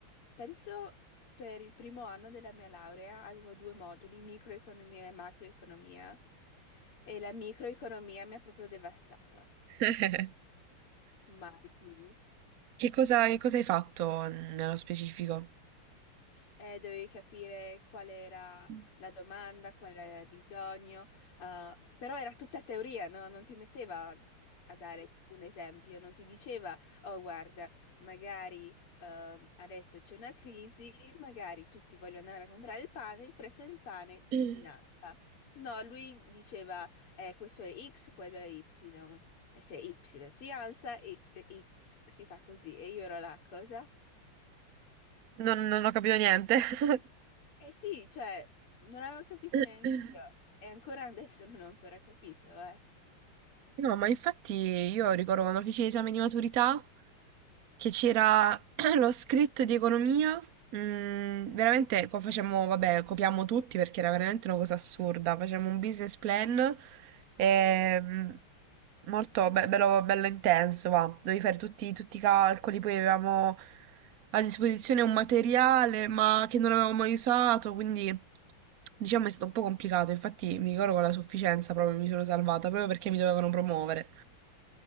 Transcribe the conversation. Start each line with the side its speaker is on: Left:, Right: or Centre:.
Left: penso per il primo anno della mia laurea avevo due moduli, microeconomia e macroeconomia, e la microeconomia mi ha proprio devastata.
Right: <laughs>
Left: Mai più.
Right: Che cosa, che cosa hai fatto nello specifico?
Left: eh, dovevi capire qual era
Right: Mh.
Left: la domanda, qual era il bisogno, eh, però era tutta teoria, no? Non ti metteva a dare tipo, un esempio, non ti diceva, oh guarda, magari ehm, adesso c'è una crisi, magari tutti vogliono andare a comprare il pane, il prezzo del pane
Right: Mh.
Left: si innalza. No, lui diceva, eh, questo è X, quello è Y. E se Y si alza, Y X si fa così. E io ero là, cosa?
Right: Non non ho capito niente. <coughs>
Left: Eh sì, cioè, non avevo capito
Right: <laughs>
Left: neanche io. E ancora adesso non ho ancora capito, eh.
Right: No, ma infatti io ricordo quando feci l'esame di maturità che c'era <clears throat> lo scritto di economia Mm, veramente co- facciamo, vabbè, copiamo tutti perché era veramente una cosa assurda. Facciamo un business plan ehm, molto be- bello, bello intenso, va. Dovevi fare tutti, tutti i calcoli, poi avevamo a disposizione un materiale ma che non avevamo mai usato, quindi diciamo è stato un po' complicato. Infatti mi ricordo con la sufficienza proprio mi sono salvata, proprio perché mi dovevano promuovere.